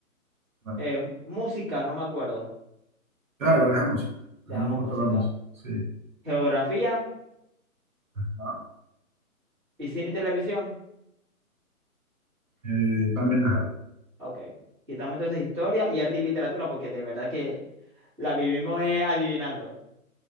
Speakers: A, on the right; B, in the centre.
A: No,
B: Eh, música, no me acuerdo,
A: déjala, deja música.
B: dejamos
A: A mí me gusta
B: música.
A: la música, sí.
B: Geografía
A: Ajá.
B: y cine y televisión,
A: Eh, también déjala.
B: ok. Quitamos entonces historia y arte y literatura porque de verdad que la vivimos eh, adivinando.